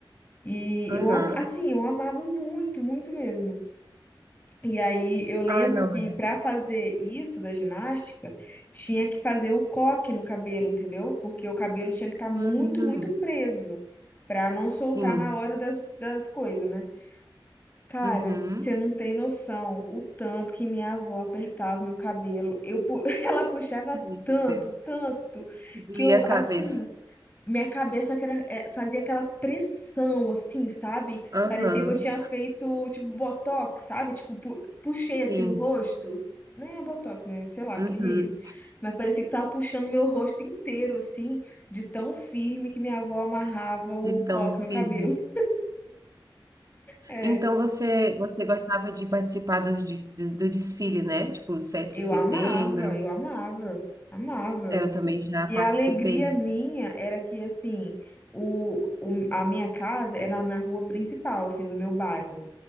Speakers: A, on the left; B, on the right.
A: E
B: Aham.
A: eu, am- assim, eu amava muito, muito mesmo. E aí eu lembro
B: Ah, não,
A: que
B: mas.
A: para fazer isso da ginástica, tinha que fazer o coque no cabelo, entendeu? Porque o cabelo tinha que estar muito,
B: Uhum.
A: muito preso para não soltar
B: Sim.
A: na hora das, das coisas, né? Cara,
B: Uhum.
A: você não tem noção o tanto que minha avó apertava meu cabelo. Eu, pu- <laughs> ela puxava
B: Meu
A: tanto,
B: Deus.
A: tanto,
B: Que doía
A: que eu
B: a
A: assim,
B: cabeça.
A: minha cabeça que era- é, fazia aquela pressão, assim, sabe?
B: Aham.
A: Parecia que eu tinha feito, tipo, botox, sabe? Tipo, pu- puxei,
B: Sim.
A: assim, o rosto. né botox, né? Sei lá, o
B: Uhum.
A: que que é isso? Mas parecia que tava puxando meu rosto inteiro, assim, de tão firme que minha avó amarrava o
B: De tão
A: coque
B: firme.
A: no cabelo. <laughs> É,
B: Então você, você gostava de participar do, do, do desfile, né? Tipo, 7
A: eu
B: de setembro.
A: amava, eu amava, amava.
B: É, Eu também já
A: E
B: participei.
A: a alegria minha era que, assim, o, o- a minha casa era na rua principal, assim, do meu bairro.